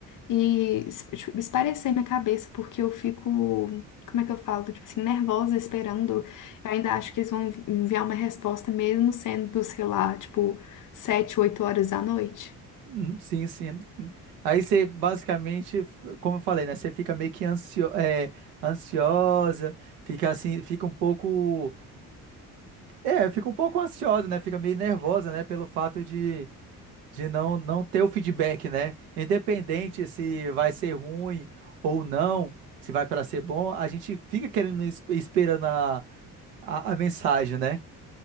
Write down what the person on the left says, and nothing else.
E es- tipo, esparecer minha cabeça, porque eu fico. Como é que eu falo? Tipo assim, nervosa, esperando. Eu ainda acho que eles vão envi- enviar uma resposta, mesmo sendo, sei lá, tipo, sete, oito horas da noite.